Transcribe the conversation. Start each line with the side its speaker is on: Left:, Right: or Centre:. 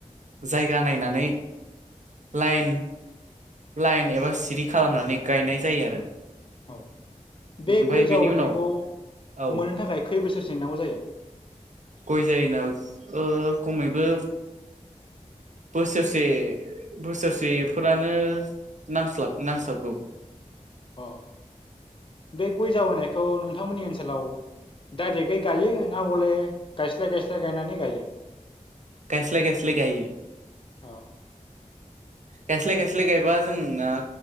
Right: जायगा नायनानै लाइन-लाइन एबा सिरि खालामनानै गायनाय जायो आरो।
Left: औ बे
Right: ओमफाय
Left: गय
Right: बेनि
Left: जावैनायखौ
Right: उनाव औ
Left: मोननो थाखाय खै बोसोरसो नेनांगौ जायो?
Right: गय जायोना खमैबो बोसोरसे बोसोरसेफोरानो नांस्लाब नांस्लाबगौ
Left: अ बे गय जावैनायखौ नोंथांमोननि ओनसोलाव डाइरेक्टयै गायो ना बले गायस्लाय गायस्लाय गायनानै गायो?
Right: गाइस्लाय गाइस्लाय गाययो।
Left: औ
Right: गायस्लाइ गायस्लाइ गायबा जोंना